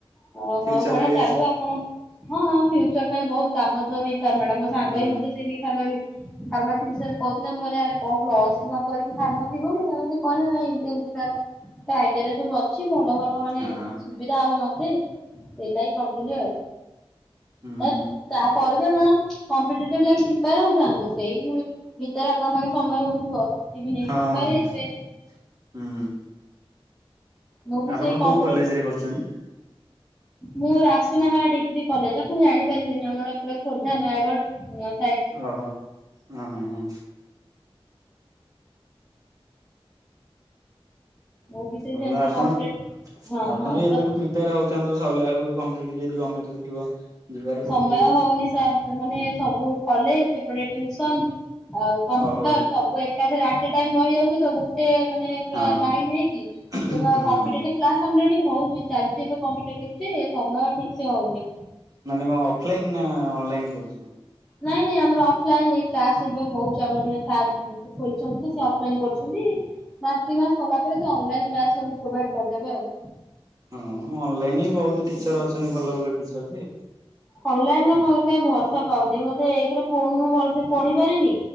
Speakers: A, in the centre; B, on the right.
A: ଓ
B: ଫ୍ୟୁଚରରେ
A: ହୋ ବଢିଆ ଚାଲୁ ଆପଣ ହଁ ହଁ ଫ୍ୟୁଚର ପାଇଁ ବହୁତ କାମ ଦବ ବି ଫାର୍ମା ଟା ମୋ ସାଙ୍ଗ
B: ହୁଁ
A: ହିଁ ମତେ ସେ ବି ଫାର୍ମା ବି ଫାର୍ମାସି ବିଷୟରେ କହୁଥିଲ ମୁଁ କହିଲି ଆରେ ପ୍ଲସ ଥ୍ରି ନ କରିକି ଫାର୍ମାସିୀ କଲୁ ସେ କହିଲେ ନାଇଁ ଏମତି ଏମିତି ତାର କ୍ରାଇଟେରିିଆ ସବ ବତ ଛି ଭଲ ଭଲ ମାନେ
B: ହଁ
A: ସୁବିଧା ହବ ମତେ ସେଇ ଲାଗି କରିଦେଲି ଆଉ।
B: ହୁଁ
A: ଏ
B: ହୁଁ।
A: ତା ପରେ ବି ଆପଣ କମ୍ପିଟେଟିଭ ଲାଗି ପ୍ରିପୟାର ହଉଥାନ୍ତୁ ସେଇ ଭିତରେ ଆପଣଙ୍କ ପାଖେ ସମୟ ହଉଥିବ। ଇଭିନିଂରେ
B: ହଁ
A: ପ୍ରିପେୟାର
B: ହଁ
A: ହେଇଯିବେ
B: ହୁଁ।
A: ମୁଁ ବି
B: ଆପଣ
A: ସେଇ
B: କେଉଁ
A: କମ୍ପିଟେଟିଭ
B: କଲେଜରେ କରୁଛନ୍ତି?
A: ମୁଁ ରାସୁନାହାଲା ଡିଗ୍ରୀ କଲେଜ ଆପଣ ଜାଣିପାରିବେନି ଆମର ଏପଟେ ଖୋର୍ଦ୍ଧା ନୟାଗଡ।
B: ଓହୋ ଓ ହଁ ହଁ।
A: ମୁଁ ବି ସେଇ ସେମିତି
B: ଭଲ ଆପଣ
A: କମ୍ପ୍ୟୁଟର ହଁ
B: ଆପଣ
A: ହଁ
B: ବି ଏବେଠୁ
A: ତ
B: ପ୍ରି ପ୍ରିପେର ହଉୁଥାଆନ୍ତୁ ସରିଲା ବେଳକୁ କମ୍ପିଟେଟିଭ ଯଦି ଗଭମେଣ୍ଟ ଥିବ। ଯିବାର
A: ସମୟ
B: ପକେଇବ
A: ହଉନି ସାର୍ ମାନେ ସବୁ କଲେଜ ଏପଟେ ଟୁସନ ଆଉ କମ୍ପୁଟର
B: ଓହୋ
A: ସବୁ ଏକାରେ ଅଟେ ଟାଇମ ରହିଯାଉଛି ତ ଗୋଟେ ମାନେ ପୁର
B: ହଁ
A: ଲାଇନ ହେଇକି।
B: ହୁଁ
A: ତେଣୁ
B: ହୁଁ।
A: ଆଉ କମ୍ପିଟେଟିଭ କ୍ଲାସ ଆଲରେଡି ହଉଛି ଚାଲିଛି ଏବେ କମ୍ପିଟେଟିଭ ଯେ ସମୟ ଠିକ ସେ ହଉନି।
B: ମାନେ କଣ ଅଫଲାଇନ୍ ନା ଅନଲାଇନ୍ କରୁଛ?
A: ନାଇଁ ନାଇଁ ଆମର ଅଫଲାଇନ ଏଇ କ୍ଲାସ ଏବେ ହଉଛି ଆମର ଜଣେ ସାର୍ ସେ ଖୋଲିଛନ୍ତି ଯେ ସେ ଅଫଲାଇନ କରୁଛନ୍ତି। ମାସ୍ ଦି ମାସ୍ ସରଲା ପରେ ସେ ଅନଲାଇନ୍ କ୍ଲାସ୍ ସବୁ ପ୍ରୋଭାଇଡ କରିଦେବେ ଆଉ।
B: ହଁ ଅନଲାଇନି ବି ବହୁତୁ ଟିଚର ଅଛନ୍ତି ଭଲ ଭଲ ଟିଚର ଯେ।
A: ଅନଲାଇନରେ ମୋର କାଇଁ ଭରସା ପାଉନି ମତେ ଏକରେ ଫୋନରୁ ମୁଁ ଭଲସେ ପଢିପାରେନି।